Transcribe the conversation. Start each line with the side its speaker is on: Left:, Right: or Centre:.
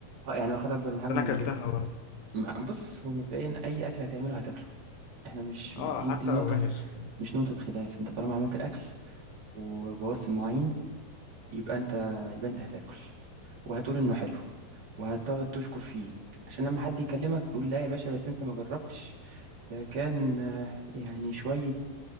Right: اه يعني واخد اكبر من
Left: بس
Right: حجمه
Left: انا
Right: من
Left: اكلتها
Right: غير
Left: برضه
Right: ما بص هو مبدئيا اي اكل هتعمله هتاكله احنا مش
Left: اه
Right: دي
Left: حتى
Right: دي
Left: لو
Right: نقطة
Left: وحش
Right: مش نقطة خلاف انت طالما عملت الاكل وبوظت المواعين يبقى انت يبقى انت هتاكل وهتقول انه حلو وهتقعد تشكر فيه عشان لما حد يكلمك تقول لا يا باشا بس انت ما جربتش ده كان آه، يعني شوية